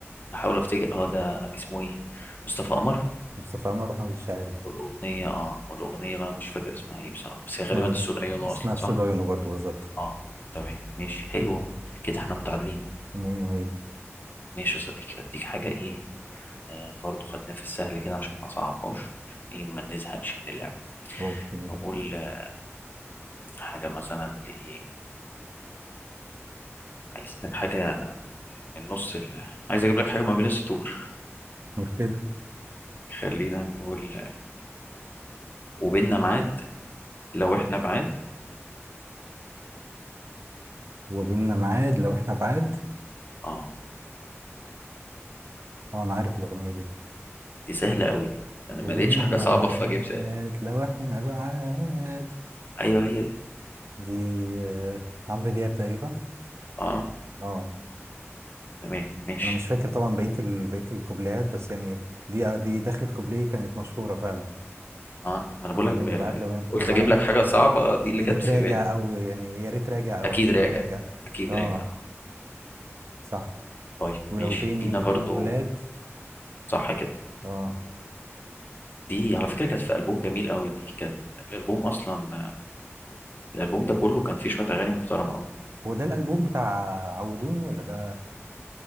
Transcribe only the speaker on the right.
مصطفى عمر وحمد الشاعري
اسمها
اسمها
السود
عيونه برضه بالظبط
مية مية
أوكي مش
مشكلة
وبيننا ميعاد لو إحنا بعاد
أه أنا عارف الأغنية دي
وبيننا
ميعاد
لو إحنا بعاد
دي آه، عمرو دياب تقريبا
اه
انا مش فاكر طبعا بقيه ال... بقيه الكوبليهات بس يعني دي آه، دي دخلت كوبليه كانت مشهوره فعلا
وما
بيننا
بعاد لو احنا
بعاد
يا
ريت
راجع
او يعني يا ريت راجع او
اكيد
راجع
اه
صح
ولو
بيني
وبينه
بلاد
اه
هو ده الالبوم بتاع عودوني ولا ده